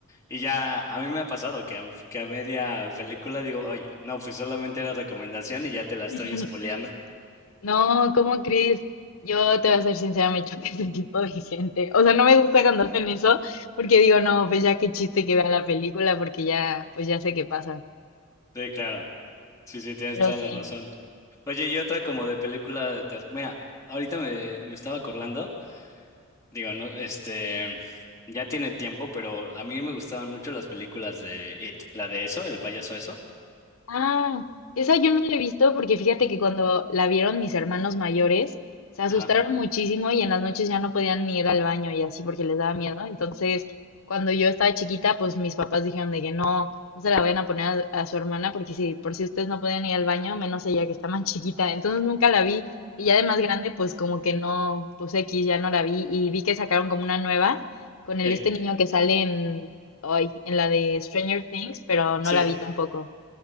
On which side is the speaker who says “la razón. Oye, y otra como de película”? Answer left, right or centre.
Left